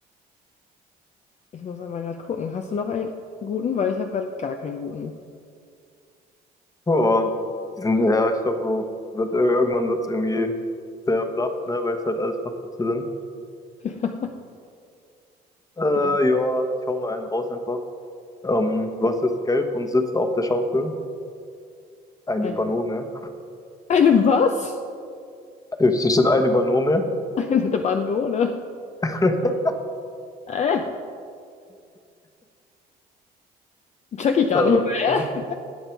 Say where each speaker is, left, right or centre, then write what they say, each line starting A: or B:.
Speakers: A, on the left (about 45°); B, on the left (about 20°).
A: ich muss einmal gerade gucken. Hast du noch einen guten? Weil ich habe gerade gar keinen guten.
B: Oh, die sind, ja, ich glaube, so wird, irgendwann wird es irgendwie sehr flach, ne, weil es halt alles Flachwitze sind.
A: <laughs>
B: Äh,
A: So,
B: ja, ich hau mal einen raus einfach. Ähm, was ist gelb und sitzt auf der Schaukel? Eine
A: ein-
B: Banone.
A: Eine was?
B: Äh, Hier steht eine Banone.
A: Eine Banone?
B: <laughs>
A: Äh, check ich gar
B: Ähm,
A: nicht mehr.